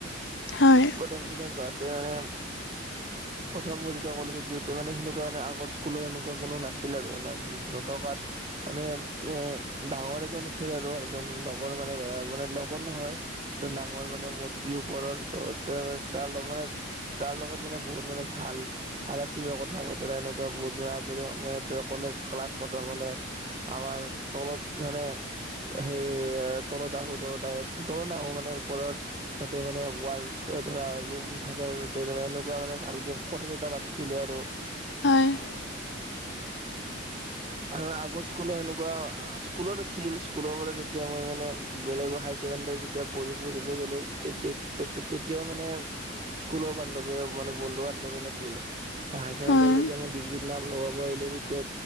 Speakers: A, on the left; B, on the right.
A: হয়।
B: প্ৰথম দিনা যোৱাতে মানে প্ৰথম যেতিয়া কলেজত গৈতে মানে সেনেকুৱা মানে আগৰ কুলৰ এনেকুৱা কোনো নাছিল আৰু না, নতকাত মানে <unintelligible> ডাঙৰ এজন আছিল আৰু এজন লগৰ মানে আ, মানে লগৰ নহয়। চ' নাঙৰ মানে মটচি ওপৰৰ ত' তেৱে তাৰ লপ মানে তাৰ লগত মানে বহুত মানে ভাল ভাল আছিলে কথা বতৰা এনেকুৱা বহুত যোৱা আজৰি সময়ত দ কলেজ ক্লাছ খটম হ'লে আমাৰ তলত মানে সেই তলত আহো ত' তাই তলত নাহোঁ মানে ওপৰৰ তাতে মানে ৱাল ত, ধৰা ৰুম থাকে তাতে এনেকুৱা মানে ভালকে কথা চথা পাতিছিলোঁ আৰু।
A: হয়। <unintelligible>
B: হা আগৰ স্কুল' সেনেকুৱা আ, স্কুলত আছিল, স্কুলৰ পৰা যেতিয়া মই মানে বেলেগৰ হাই ছেকেণ্ডেৰী যেতিয়া পঢ়ি পঢ়িব গ'লো, তে-তে-তে-তে-তেতিয়াও মানে স্কুলৰ বান্ধৱীয়ে মানে বন্ধু বান্ধৱী নাছিল, হাই ছেকেণ্ডেৰী
A: হয়
B: যেতিয়া মই ডিগ্ৰীত নাম লগা পোৱা আহিলোঁ তেতিয়া